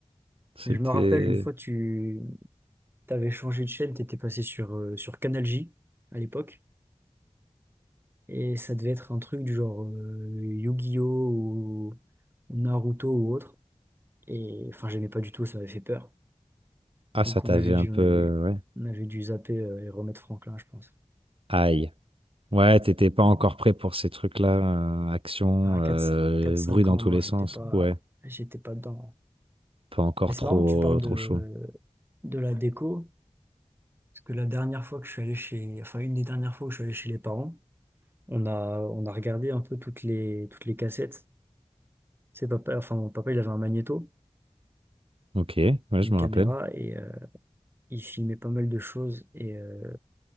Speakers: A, on the right; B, on the right.
A: C'était...
B: je me rappelle une fois, tu t'avais changé de chaîne, t'étais passé sur, euh, sur Canal J à l'époque, et ça devait être un truc du genre euh, Yu-Gi-Oh! ou Naruto ou autre. Et enfin, j'aimais pas du tout, ça m'avait fait peur.
A: Ah,
B: Donc
A: ça t'avait
B: on avait
A: un
B: dû,
A: peu...
B: on avait,
A: euh, Ouais.
B: on avait dû zapper euh, et remettre Franklin, je pense.
A: Aïe. Ouais, t'étais pas encore prêt pour ces trucs-là, euh, action,
B: À
A: euh,
B: quatre quatre cinq
A: bruit dans
B: ans,
A: tous
B: non,
A: les
B: j'étais
A: sens.
B: pas,
A: Ouais.
B: j'étais pas dedans.
A: Pas encore
B: Mais c'est
A: trop,
B: marrant que tu parles
A: trop
B: de,
A: chaud.
B: de la déco, parce que la dernière fois que je suis allé chez, enfin une des dernières fois où je suis allé chez les parents, on a, on a regardé un peu toutes les, toutes les cassettes. Tu sais, papa, enfin mon papa, il avait un magnéto,
A: Ok, ouais, je
B: une
A: me
B: caméra,
A: rappelle.
B: et euh, il filmait pas mal de choses. Et euh,